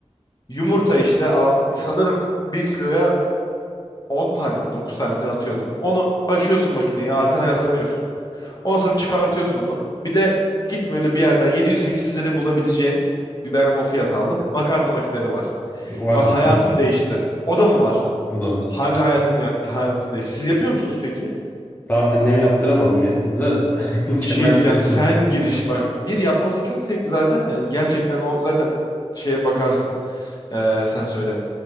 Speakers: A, on the left; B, on the left.
A: Yumurta işte al, sanırım bir kiloya 10 tane mi 9 tane mi ne atıyordum. Onu açıyorsun makineyi arkana yaslanıyorsun. Ondan sonra çıkartıyorsun onu. Bir de git böyle bir yerden 700-800 liraya bulabileceğin bir ben o fiyat aldım. Makarna makineleri var.
B: Var
A: Bak
B: bizde.
A: hayatım değişti. O da mı var?
B: O da var.
A: Harbiden hayatım ya, hayatım değişti. Siz yapıyor musunuz peki?
B: Daha anneme yaptıramadım ya. Da
A: Bir şey
B: <laughs> ben
A: diyeceğim.
B: geleceğim.
A: Sen giriş bak. Bir yapması çok zevkli zaten de. Yani gerçekten o zaten şeye bakarsın. Ee, sen söyle.